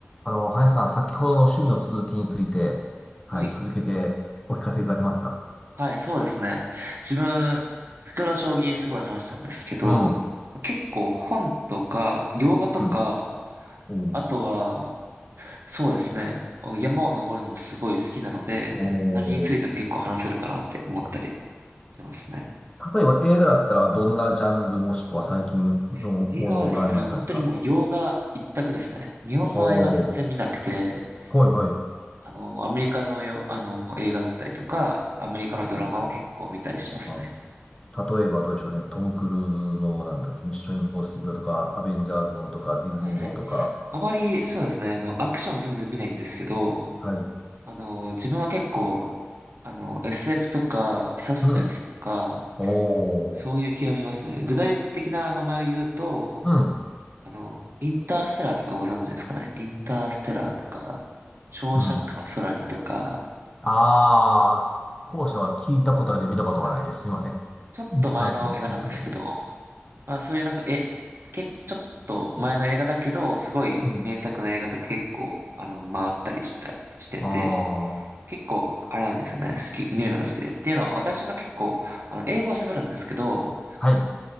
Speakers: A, on the left; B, on the right.
A: あの、林さん、先ほどの趣味の続きについて、はい、
B: はい。
A: 続けてお聞かせいただけますか
B: はい、そうですね。自分、先ほど将棋すごい話したんですけど、
A: うん、
B: 結構本とか、洋画とか、
A: うん。おー
B: あとは、そうですね、山を登るのもすごい好きなので、
A: おー
B: 何についても結構話せるかなって思ったりしてますね。
A: 例えば映画だったら、どんなジャンルもしくは最近のものをご覧になったんですか
B: はい映画はですね、本当にもう洋画一択ですね。日本の映画全然見なくて、
A: おー、はい、はい。
B: あの、アメリカのよ、あの、映画だったりとか、アメリカのドラマを結構見たりしますね。
A: はい、はい。あー例えばどうでしょうね。トム・クルーズの、なんだっけ、ミッション・インポッシブルとか、アベンジャーズものとか、ディズニーものとか。
B: はいはい。あまり、そうですね、あの、アクション全然見ないんですけど、
A: はい。
B: あの、自分は結構、あの、SF とか、サスペンスとか、
A: うん。おー。
B: そういう系を見ますね。具体的な名前を言うと、
A: うん。
B: あの、インターステラーとかご存知ですかね。インターステラーとか、ショーシャンクの空にとか、
A: うん。ああ、後者は聞いたことあるけど見たことはないです。
B: はい。
A: すいません。
B: ちょっと前の映画なんですけど、
A: インターセルのタイトルだけど。
B: まあそういうなんか、え、け、ちょっと前の映画だけど、すごい名作の映画とか結構、
A: うん。
B: あの、回ったりした、してて、
A: ああ、
B: 結構、あれなんですよね。好き、見るのが好きで。っていうのは、私が結構、あの、英語を喋るんですけど、
A: はい。